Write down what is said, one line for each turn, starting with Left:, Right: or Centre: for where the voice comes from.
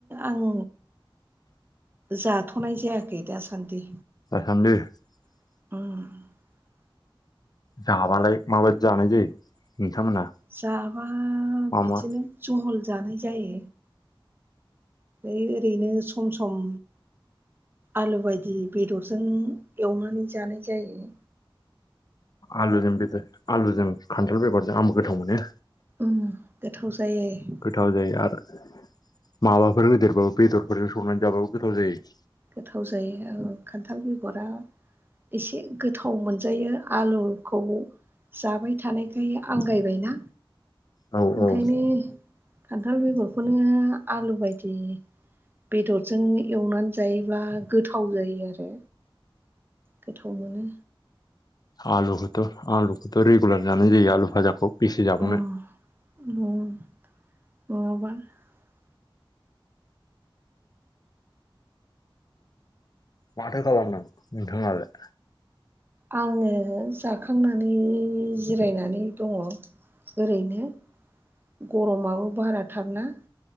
Right: आं जाथ'नाय जायाखै खै दा सानदि
Left: <unintelligible>
Right: उम
Left: जाबालाय माबादि जानाय जायो? नोंथांमोना
Right: जाबा
Left: मा
Right: बिदिनो
Left: मा
Right: जहल जानाय जायो। ओरैनो सम सम आलु बायदि बेदरजों एवनानै जानाय जायो।
Left: आलुजों बेदर आलुजों खान्थाल बेगरजों आं गोथाव मोनो।
Right: उम गोथाव जायो
Left: गोथाव जायो आरो माबाफोर होदेरबाबो बेदरफोरजों संनानै जाबाबो गोथाव जायो।
Right: गोथाव जायो औ खान्थाल बेगरा एसे गोथाव मोनजायो आलुखौ जाबाय थानायखाय आंगायबायना।
Left: औ
Right: ओंखायनो
Left: औ
Right: खान्थाल बेगर खौनो आलु बायदि बेदरजों एवना जायोबा गोथाव जायो आरो गोथाव मोनो।
Left: आलुखोथ' आलुखोथ' रिगुलार जानाय जायो आलु भाजाखौ। बेसे
Right: अ
Left: जाबावनो
Right: <unintelligible>
Left: माथो खालामदों नोंथाङालाय?
Right: आङो जाखांना नै जिरायनानै दङ ओरैनो। गरमाबो बारा थारना।